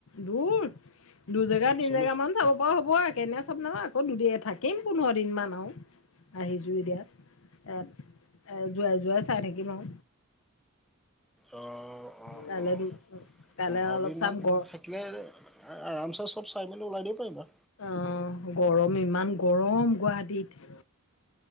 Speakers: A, on the left; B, in the centre.
A: দূৰ দু জেগা তিনি
B: চল্লিছ
A: জেগা মান চাব পাৰো। হব কেনে চব ন আকৌ দুদ থাকিম পোন্ধৰ দিন মান আৰু আহিছো এতিয়া। এ -এ, যোৱাই - যোৱাই চাই থাকিম আৰু।
B: অ - অ -
A: কাইলৈ
B: অ।
A: দু কাইলৈ
B: পোন্ধৰ
A: অলপ
B: দিন
A: চাম
B: মান
A: গৰ
B: থাকিলে আৰামচে চব চাই মেলি ওলাই দিব পাৰিবা।
A: অহ, গৰম ইমান গৰম গুৱাহাটীত।